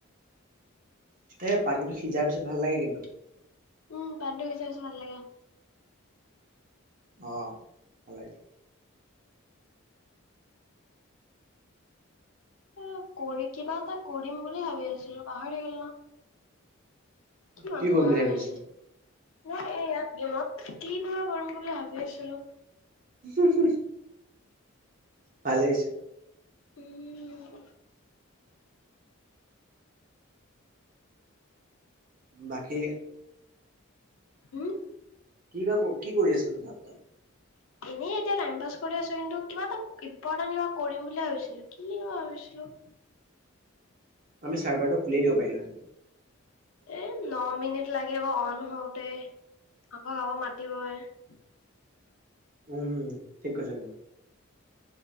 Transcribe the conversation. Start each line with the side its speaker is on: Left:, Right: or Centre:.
Right: এ পানীটো সিজাৰ পিছত ভাল লাগে কিন্তু
Left: উম পাণীটো সিজাই পাছত ভাললাগে <unintelligible>
Right: অ ভাল লাগে
Left: এ কৰি কিবা এটা কৰিম বুলি ভাবি আছিলো পাহৰি থাকিল ন কিমান
Right: কি কৰিম
Left: বুলি ভাবি আছো
Right: আছিলি?
Left: ম এ ইয়াত গেমত কি নু কম বুলি ভাবি আছিলো
Right: উ হু হু ভালেই হৈছে
Left: উম
Right: বাকী
Left: হুম
Right: কি বা কি কৰি আছ তাত তই?
Left: এনে এতিয়া টাইম পাছ কৰি আছো কিন্তু কিবা এটা ইম্পৰ্টেণ্ট কিবা কৰিম বুলি ভাবিছিলো কিবা ভাবিছিলো
Right: আমি চাৰ্ভাৰটো খুলিয়ে দিব পাৰিলোহেতেন
Left: এ ন মিনিট লাগিব অ হওঁতে আকৌ আগৌ মাতিবই <unintelligible>
Right: উম ঠিক কৈছে ন